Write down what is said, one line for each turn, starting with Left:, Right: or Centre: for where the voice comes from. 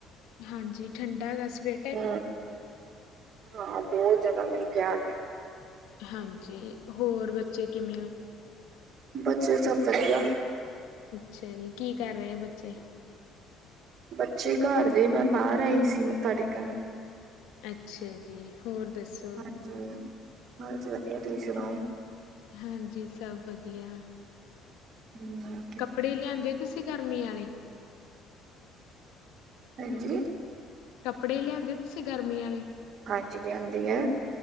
Left: ਹਾਂਜੀ ਠੰਡਾ ਐ ਵੈਸੇ
Right: ਹੂ, ਹਾਂ ਬਹੁਤ ਜਯਾਦਾ ਮਿਲ ਗਯਾ ਅਜ
Left: ਹਾਂਜੀ ਹੋਰ ਬੱਚੇ ਕਿਵੇਂ ਆ
Right: ਬੱਚੇ ਸਬ ਵਧੀਆ
Left: ਅੱਛਾ ਜੀ, ਕੀ ਕਰ ਰਹੇ ਐ ਬੱਚੇ
Right: ਬੱਚੇ ਘਰ ਨੇ, ਮੈਂ ਬਾਹਰ ਆਈ ਸੀ ਮੱਥਾ ਟੇਕਣ
Left: ਅੱਛਾ ਜੀ ਹੋਰ ਦੱਸੋ
Right: ਹਾਂਜੀ, ਬਸ ਵਧੀਆ ਤੁਸੀਂ ਸੁਣਾਓ
Left: ਹਾਂਜੀ ਸਭ ਵਧੀਆ
Right: ਹਮ <inaudible>
Left: ਕੱਪੜੇ ਲਿਆਂਦੇ ਤੁਸੀਂ ਗਰਮੀ ਆਲੇ
Right: ਹਾਂਜੀ
Left: ਕੱਪੜੇ ਲਿਆਂਦੇ ਤੁਸੀਂ ਗਰਮੀ ਆਲੇ
Right: ਹਾਂਜੀ ਲਿਆਂਦੇ ਐ